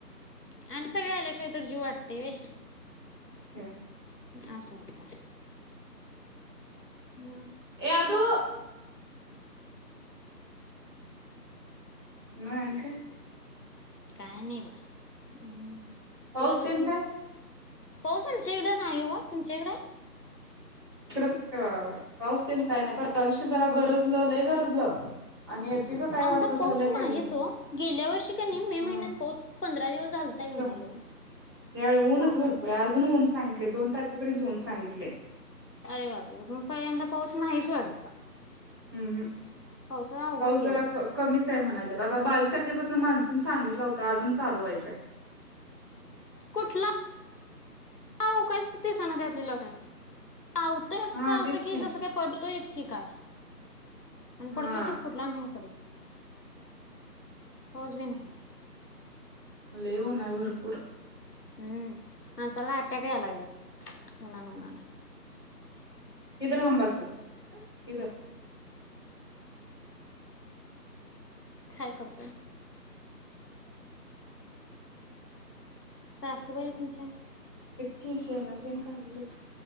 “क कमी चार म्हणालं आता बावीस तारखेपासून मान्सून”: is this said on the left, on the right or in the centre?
Right